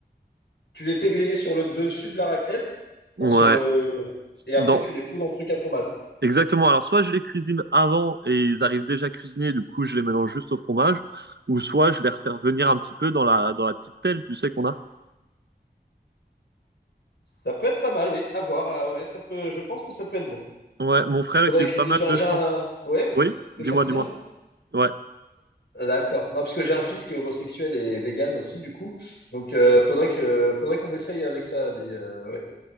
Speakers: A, on the left (about 85°); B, on the right (about 75°).
A: Tu les fais griller sur le dessus de la raclette,
B: Ouais.
A: enfin, sur le... Et après,
B: Dans
A: tu les fous dans le truc à fromage.
B: Exactement. Alors, soit je les cuisine avant et ils arrivent déjà cuisinés, du coup, je les mélange juste au fromage, ou soit je les refais revenir un petit peu dans la, dans la petite pelle, tu sais qu'on a.
A: Ça peut être pas mal, oui. À voir. ah ouais, ça peut... Je pense que ça peut être bon.
B: Ouais, mon frère
A: Faudrait
B: utilise
A: que je
B: pas
A: lui dise,
B: mal
A: j'ai un,
B: de
A: j'ai
B: champ.
A: un- ouais,
B: Oui, dis-moi,
A: de champignons?
B: dis-moi. Ouais.
A: Ah, D'accord. Non, parce que j'ai un fils qui est homosexuel et vegan aussi, du coup. Donc, euh, faudrait que, faudrait qu'on essaye avec ça, lui. Euh, ouais,